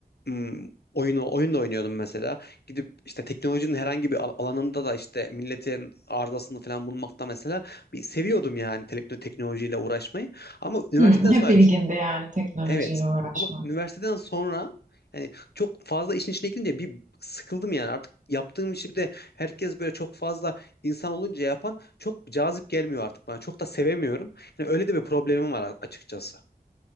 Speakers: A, on the left; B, on the right.
A: m, oyunu oyun da oynuyordum mesela. Gidip işte teknolojinin herhangi bir al- alanında da işte milletin arızasını falan bulmakta mesela bir seviyordum yani te- teknolojiyle uğraşmayı. Ama üniversiteden
B: hı, hep
A: sonra
B: ilginde yani teknolojiyle
A: Evet.
B: uğraşmak.
A: Ama üniversiteden sonra yani çok fazla işin içine girince bir sıkıldım yani. Artık yaptığım işi bir de herkes böyle çok fazla insan olunca yapan çok cazip gelmiyor artık bana. Çok da sevemiyorum. Yani öyle de bir problemim var a- açıkçası.